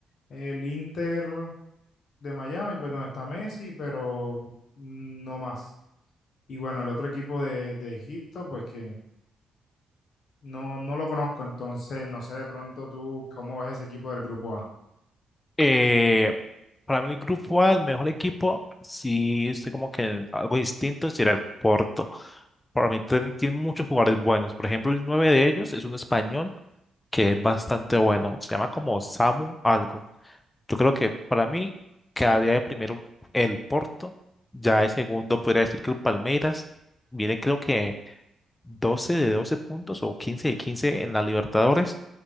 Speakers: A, on the left; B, on the left.
A: el Inter de Miami, pues donde está Messi, pero no más. Y bueno, el otro equipo de, de Egipto, pues que no, no lo conozco, entonces no sé de pronto tú cómo ves ese equipo del grupo A.
B: Eh, para mí el grupo A, el mejor equipo, sí estoy como que algo distinto, sería el Porto. Para mí tiene, tiene muchos jugadores buenos. Por ejemplo, el nueve de ellos es un español que es bastante bueno. Se llama como Samu algo. Yo creo que para mí quedaría de primero el Porto. Ya de segundo podría decir que el Palmeiras viene creo que 12 de 12 puntos o 15 de 15 en la Libertadores.